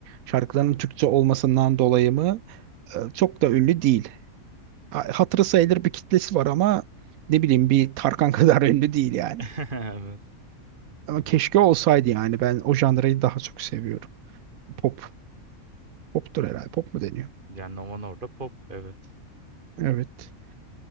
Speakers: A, on the right (about 75°); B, on the right (about 35°).
A: şarkılarının Türkçe olmasından dolayı mı e, çok da ünlü değil. Ha- Hatırı sayılır bir kitlesi var ama ne bileyim bir Tarkan <laughs> kadar ünlü değil yani.
B: <laughs> Evet.
A: Ama keşke olsaydı yani ben o janrayı daha çok seviyorum. Pop, poptur herhalde, pop mu deniyor?
B: Yani Nova orada pop evet.
A: Evet.